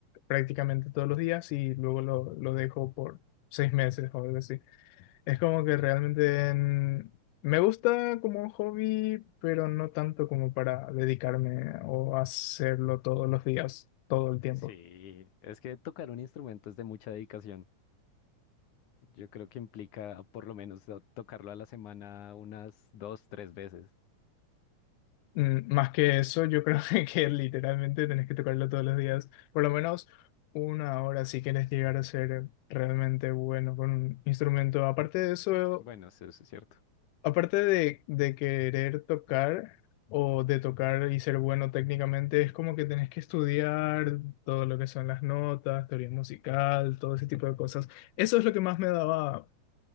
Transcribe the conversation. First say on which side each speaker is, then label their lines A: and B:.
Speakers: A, on the left (about 85°); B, on the left (about 70°).
A: prácticamente todos los días y luego lo, lo dejo por seis meses o algo así. Es como que realmente mm, me gusta como hobby, pero no tanto como para dedicarme o hacerlo todos los días, todo el tiempo.
B: Sí, es que tocar un instrumento es de mucha dedicación. Yo creo que implica por lo menos to- tocarlo a la semana unas dos, tres veces.
A: Mm, Más que eso, yo creo <laughs> que, literalmente tenés que tocarlo todos los días, por lo menos una hora si quieres llegar a ser realmente bueno con un instrumento. Aparte de eso,
B: Bueno, sí, eso es cierto.
A: aparte de, de querer tocar o de tocar y ser bueno técnicamente, es como que tenés que estudiar todo lo que son las notas, teoría musical, todo ese tipo de cosas. Eso es lo que más me daba